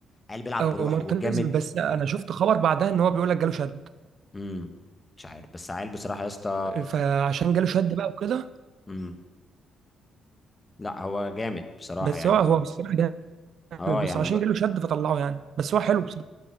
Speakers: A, on the left; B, on the right.
A: عيل بيلعب
B: او
A: بروح
B: مارتينيز
A: وجامد
B: بس انا شفت خبر بعدها ان هو بيقول لك جاله شد
A: امم مش عارف بس عيل بصراحه يا اسطى
B: فعشان جاله شد بقى وكده
A: امم لا هو جامد بصراحة
B: بس
A: يعني
B: هو هو بصراحه جامد
A: اه
B: بس
A: يعني
B: عشان
A: الو...
B: جاله شد فطلعه يعني بس هو حلو بصراحه